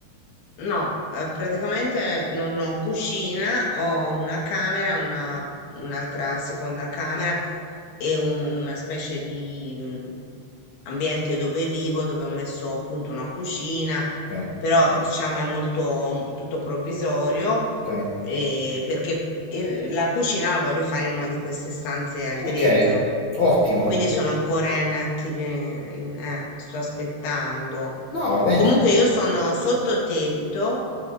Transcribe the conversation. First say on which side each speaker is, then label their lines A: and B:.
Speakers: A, on the left; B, on the left.
A: No, eh, praticamente non ho cucina, ho una camera, una- un'altra seconda camera e un- una specie di mm, ambiente dove vivo, dove ho messo appunto una cucina,
B: Ok,
A: però eh, diciamo è molto mm, tutto provvisorio
B: ok.
A: eh, perché eh, la cucina la voglio fare in una di queste stanze al
B: Ok,
A: grezzo,
B: ottimo.
A: quindi sono ancora in attive, in- eh, sto aspettando.
B: No, va bene.
A: Comunque io sono sottotetto,